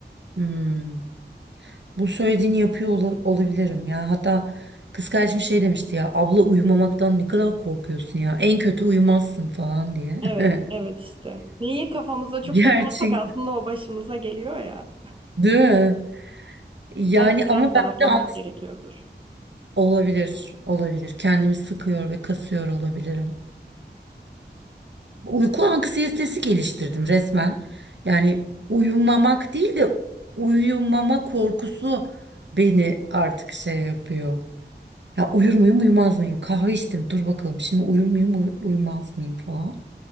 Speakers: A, on the right (about 75°); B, on the right (about 30°).
A: Hmm. Bu söylediğini yapıyor ola- olabilirim ya. Hatta kız kardeşim şey demişti ya. Abla uyumamaktan ne kadar korkuyorsun ya. En kötü uyumazsın falan diye.
B: Evet,
A: <laughs>
B: evet işte. Neyi kafamıza çok
A: Gerçek
B: takarsak aslında o başımıza geliyor ya.
A: değil mi? Yani
B: Belki
A: ama
B: biraz rahatlamak
A: ben de anks-
B: gerekiyordur.
A: olabilir, olabilir. Kendimi sıkıyor ve kasıyor olabilirim. Uyku anksiyetesi geliştirdim resmen. Yani uyumamak değil de uyumama korkusu beni artık şey yapıyor. Ya uyur muyum uyumaz mıyım? Kahve içtim dur bakalım şimdi uyur muyum uy- uyumaz mıyım falan.